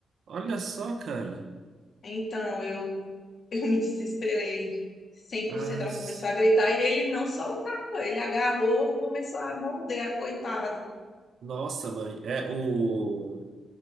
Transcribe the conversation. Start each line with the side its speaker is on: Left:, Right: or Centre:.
Right: Olha só, cara.
Left: Então, eu, <laughs> eu me desesperei cem
Right: As-
Left: por cento Ela começou a gritar e ele não soltava. Ele agarrou e começou a morder a coitada.
Right: Nossa, mãe. É, o...